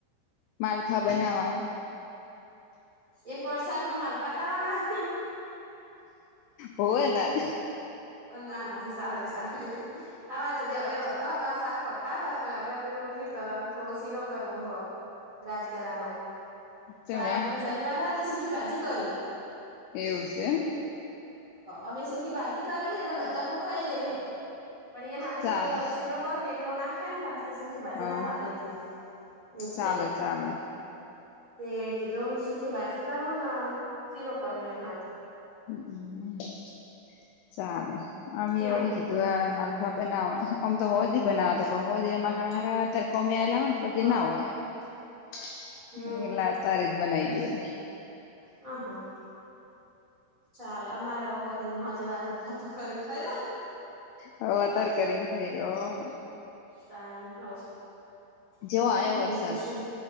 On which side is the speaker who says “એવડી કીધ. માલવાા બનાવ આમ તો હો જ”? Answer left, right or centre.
Left